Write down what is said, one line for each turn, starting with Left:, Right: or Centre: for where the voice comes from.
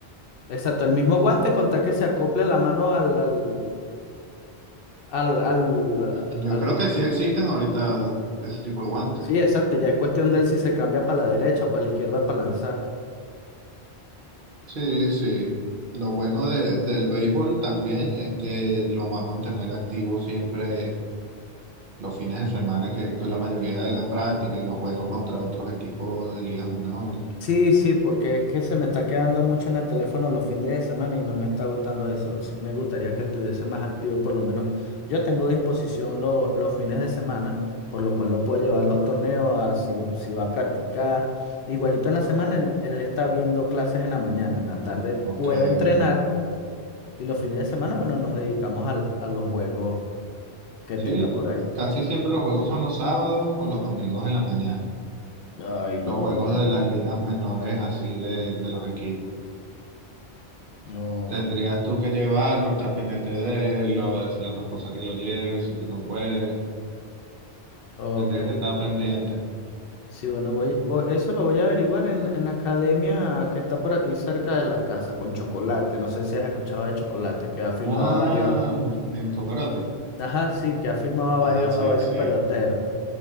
Left: Exacto, el mismo guante con tal que se acople la mano al, al, al, al,
Right: Yo
Left: al-
Right: creo que sí existen ahorita ese tipo de guantes.
Left: Sí, exacto, ya es cuestión de él si se cambia para la derecha o para la izquierda para lanzar.
Right: Sí, sí. Lo bueno de, del béisbol también es que lo va a mantener activo siempre los fines de semana, que con la mayoría de las prácticas y los juegos contra otros equipos de ligas menores.
Left: Sí, sí, porque es que se me está quedando mucho en el teléfono los fines de semana y no me está gustando eso. Sí, Me gustaría que estuviese más activo, por lo menos. Yo tengo disposición lo- los fines de semana, por lo cual lo puedo llevar a los torneos, a si, va si va a practicar. Igualito en la semana, él, él está viendo clases en la mañana, en la tarde puede
Right: Ok,
Left: entrenar
Right: ok.
Left: y los fines de semana, bueno, nos dedicamos al- a los juegos que
Right: Sí,
Left: tenga
Right: p-
Left: por
Right: p-
Left: ahí.
Right: casi siempre los juegos son los sábados o los domingos en la mañana.
Left: Ay, los
Right: los
Left: domingos
Right: juegos de
Left: en la
Right: las
Left: mañana.
Right: ligas menores así de, de los equipos.
Left: No,
Right: Tendrías tú que llevarlo, estar pendiente de él, o decirle a tu esposa que lo lleve, si tú no puedes,
Left: ok.
Right: tendrías que estar pendiente.
Left: Sí, bueno, voy, voy- eso lo voy a averiguar en, en la academia que está por aquí cerca de la casa, con Chocolate. No sé si has escuchado de Chocolate, que ha firmado
Right: Ah,
Left: a varios.
Right: en Cocorote.
Left: Ajá, sí, que ha firmado a varios,
Right: Ah, sí,
Left: a varios
Right: sí,
Left: peloteros.